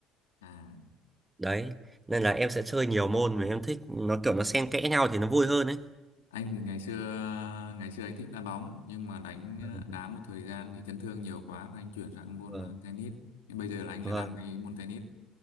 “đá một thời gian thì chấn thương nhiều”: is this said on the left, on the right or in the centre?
Left